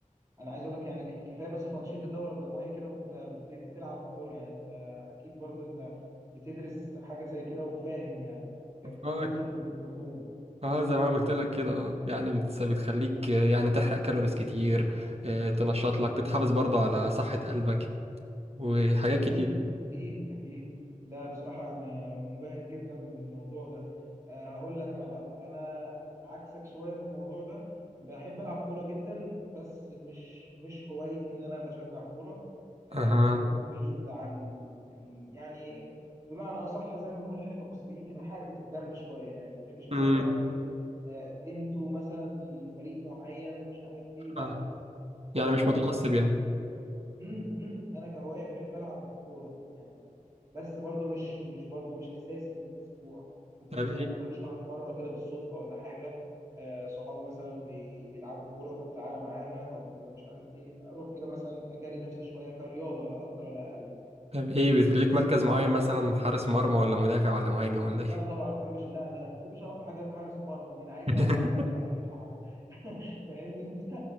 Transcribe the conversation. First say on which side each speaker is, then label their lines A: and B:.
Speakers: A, on the right (about 20°); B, on the right (about 45°).
A: انا عايز اقول لك يعني ك- كفايه بس تنشيط الدوره الدمويه كده وانت بت- بتلعب كوره يعني انت اكيد برضو انت بتدرس حاجه زي كده وفاهم يعني ك- ك-
B: اه
A: كطب في العموم
B: آه، زي ما قلت لك كده اه يعني بتس- بتخليك آه، يعني تحرق كالوريز كتير آه، تنشط لك بتحافظ برضه على صحة قلبك وحاجات
A: أكيد
B: كتير
A: أكيد أكيد لا بصراحة يعني أنا منبهر جدا بالموضوع ده أه هقول لك أنا بقى أنا عكسك شوية في الموضوع ده بحب ألعب كورة جدا بس مش مش هوايتي إن أنا بشجع كورة أه
B: اها
A: بحب أكون بعيد عن ال- يعني بمعنى أصح زي ما بنقول إحنا كمصريين كده حرقة الدم شوية يعني ما بحبش مثلا
B: امم
A: أنا أكون أه أنتوا مثلا فريق معين ومش عارف إيه لا
B: آه. يعني مش
A: أنا
B: متعصب
A: كهواية
B: يعني
A: امم امم. انا كهوايه بحب العب كوره يعني بس برضو مش مش برضو مش اساسي في الاسبوع ممكن
B: طب
A: مثلا
B: ايه
A: كل شهر مره كده بالصدفه ولا حاجه آه، صحابي مثلا بي- بيلعبوا كوره طب تعالى معانا طب مش عارف ايه اروح كده مثلا اجري نفسي شويه كرياضه لا اكتر ولا اقل
B: طب ايه بيبقى ليك مركز معين مثلا حارس مرمى ولا مدافع ولا مهاجم ولا
A: لا
B: ايه
A: طبعا ما بحبش لا لا ما بحبش اقف حاجه حارس مرمى دي انا عايز
B: <laughs>
A: عايز اجري عايز العب <laughs> فاهمني انت